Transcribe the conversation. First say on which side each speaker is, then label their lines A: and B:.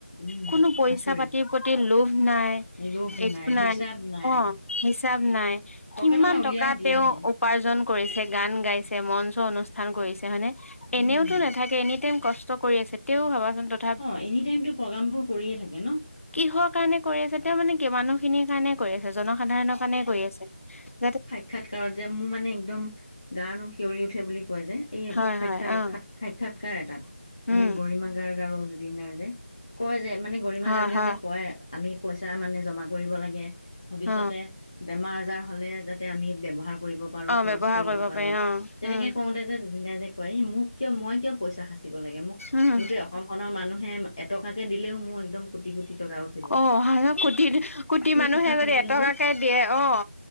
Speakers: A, on the left; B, on the left.
A: উম
B: কোনো- পইচা
A: আচৰিত
B: পাতিৰ প্ৰতি লোভ নাই, -
A: লোভ
B: একো
A: হিচাপ
B: নাই
A: নাই
B: অঁ, হিচাপ নাই,
A: পকেটৰ
B: কিমান
A: পৰা উলিয়াই
B: টকা
A: দিয়েহে
B: তেওঁ- উপাৰ্জন কৰিছে, গান গাইছে, মঞ্চ অনুষ্ঠান কৰিছে, হয়নে? এনেওতো
A: উম
B: নাথাকে, এনি টাইম কষ্ট কৰি আছে। তেও ভাবাচোন ত-
A: অঁ, এনি টাইমতটো প্ৰগ্ৰাম বোৰ কৰিয়ে থাকে ন।
B: কিহৰ কাৰণে কৰি আছে, তেওঁ মানে কি মানুহ খিনিৰ কাৰণে কৰি আছে, জন- সাধাৰণৰ কাৰণে কৰি আছে। যাতে-
A: সাক্ষাৎকাৰ যে মোৰ মানে একদম গা নোম শিঞৰি উঠে বুলি কয় যে। এই
B: হয়
A: সাক্ষাৎ
B: হয় অ
A: সাক্ষাৎকাৰ এটাত
B: উম
A: মানে গৰিমা গাৰ্গ আৰু জুবিন গাৰ্গে - কয় যে মানে গৰিমা
B: হয়
A: গাৰ্গীয়ে
B: হয়
A: যে কয় আমি পইচা মানে জমা কৰিব লাগে ভৱিষ্যতে-
B: অ
A: বেমাৰ আজাৰ হলে যাতে আমি ব্যৱহাৰ- কৰিব পাৰো,
B: অ
A: খৰচ
B: ব্যৱহাৰ
A: কৰিব পাৰোঁ।
B: পাৰি অ
A: তেনেকে
B: উম
A: কওঁতে যে জুবিন দাৰ যে কয়, মোক কিয়, মই কিয়- পইচা সাচিব লাগে। মোক
B: উম
A: গোটেই অসম খনৰ মানুহে এটকাকে দিলেও মোৰ একদম কোটি কোটি টকা উঠি-
B: অ মানুহে কোটি কোটি মানুহে
A: কথা
B: যদি
A: শুনিলে
B: এটকাকে
A: যে
B: দিয়ে অ।